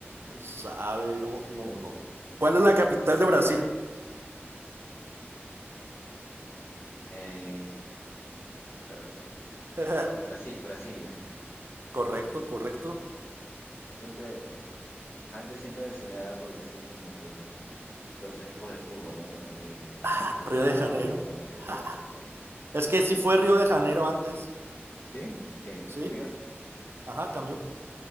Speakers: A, on the right; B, on the left.
A: Sabe, no, no, no. ¿Cuál es la capital de Brasil?
B: Eh, eh, eh,
A: <laughs>
B: Brasil, Brasilia.
A: Correcto, correcto.
B: Siempre, antes siempre se me daba por decir como que las, los equipos de fútbol, ¿no? Los de
A: <laughs>
B: Sao
A: Río
B: Paulo,
A: de Janeiro.
B: eh,
A: <laughs>
B: Río de Janeiro.
A: Es que sí fue Río de Janeiro antes,
B: ¿Sí? Ok,
A: ¿sí?
B: cambió.
A: Ajá, cambió.